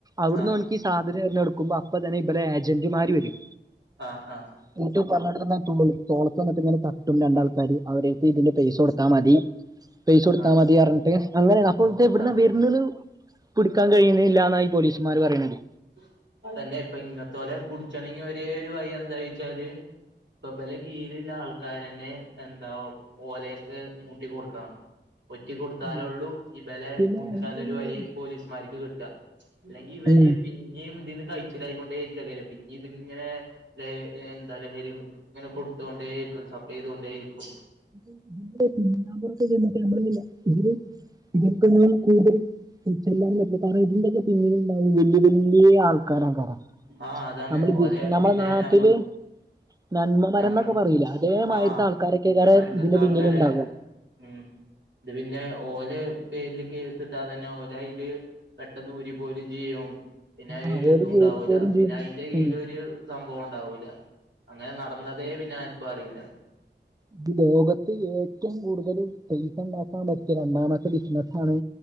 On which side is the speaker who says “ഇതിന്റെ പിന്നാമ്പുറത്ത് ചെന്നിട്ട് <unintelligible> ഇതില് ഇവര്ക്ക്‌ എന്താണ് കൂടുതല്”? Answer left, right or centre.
Right